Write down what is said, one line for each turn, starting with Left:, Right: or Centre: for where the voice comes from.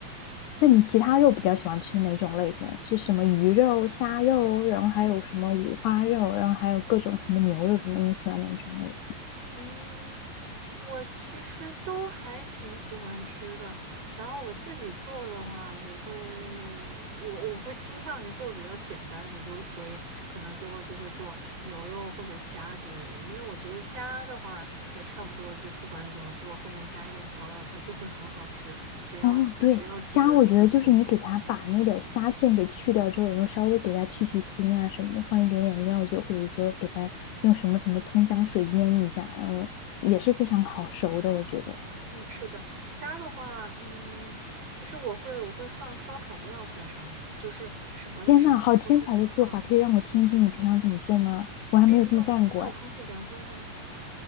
Left: 那你其他肉比较喜欢吃哪种类型？是什么鱼肉、虾肉，然后还有什么五花肉，然后还有各种什么牛肉什么？你喜欢哪种类型？
Right: 嗯，我其实都还挺喜欢吃的。然后我自己做的话，我会我我会倾向于做比较简单的，就所以可能最后就会做牛肉或者虾之类的。因为我觉得虾的话也差不多，就不管怎么做，后面加一点调料，它就会很好吃。只要只要煮的那个火候。
Left: 哦，对，虾我觉得就是你给它把那点儿虾线给去掉之后，然后稍微给它去去腥啊什么的，放一点点料酒，或者说给它用什么什么葱姜水腌一下，然后也是非常好熟的，我觉得。
Right: 嗯，是的，虾的话，嗯，其实我会我会放烧烤料在上面，就是什么什么料都不放，
Left: 天呐，好天才的做法，可以让我听一听你平常怎么做吗？我还没有这么干过哎，
Right: 哎，你有你有空气炸锅吗？